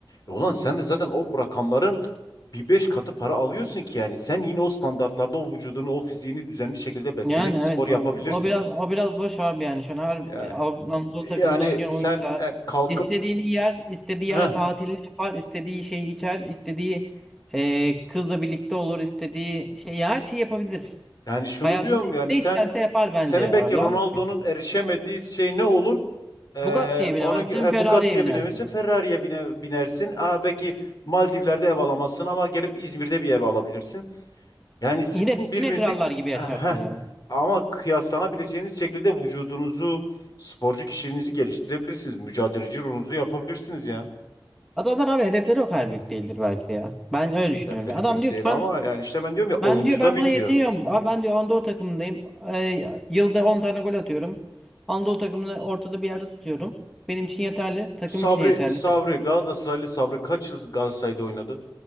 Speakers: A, on the left; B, in the centre.
A: E ulan sen de zaten o rakamların bir beş katı para alıyorsun ki yani sen yine o standartlarda o vücudunu, o fiziğini düzenli şekilde beslenip
B: Yani
A: spor
B: evet
A: yapabilirsin.
B: o, o biraz o biraz boş abi yani. Şu an her
A: Yani,
B: Av- Anadolu takımında
A: yani
B: oynayan
A: sen
B: oyuncu da
A: e, kalkıp
B: istediğini yer, istediği
A: heh,
B: yere tatilini yapar, istediği şeyi içer, istediği e, kızla birlikte olur, istediği şey ya her şeyi yapabilir.
A: yani şunu
B: Hayatında
A: diyorum yani
B: ne
A: sen
B: isterse yapar bence
A: senin belki
B: abi.
A: Ronaldo'nun
B: Yanlış mı?
A: erişemediği şey ne olur? Ee,
B: Bugatti'ye binemezsin,
A: onu e,
B: Ferrari'ye
A: Bugatti'ye
B: binersin.
A: binebilirsin, Ferrari'ye bine, binersin. Aa, belki Maldivler'de ev alamazsın ama gelip İzmir'de bir ev alabilirsin. Yani sizin
B: Yine
A: birbirinizi
B: yine krallar gibi yaşarsın
A: Heh.
B: yani.
A: ama kıyaslanabileceğiniz şekilde vücudunuzu, sporcu kişiliğinizi geliştirebilirsiniz. Mücadeleci ruhunuzu yapabilirsiniz ya.
B: Adamlar abi hedefleri o kadar büyük değildir belki de ya. Ben öyle düşünüyorum.
A: Hedefleri
B: Adam
A: büyük
B: diyor
A: değil
B: ki ben
A: ama yani işte ben diyorum ya oyuncuda
B: Ben diyor ben
A: bitiyor.
B: buna yetiniyorum. Abi ben diyor Anadolu takımındayım. Ee, yılda 10 tane gol atıyorum. Anadolu takımını ortada bir yerde tutuyorum. Benim için yeterli. Takım
A: Sabri,
B: için yeterli.
A: Sabri, Galatasaraylı Sabri kaç yıl Galatasaray'da oynadı?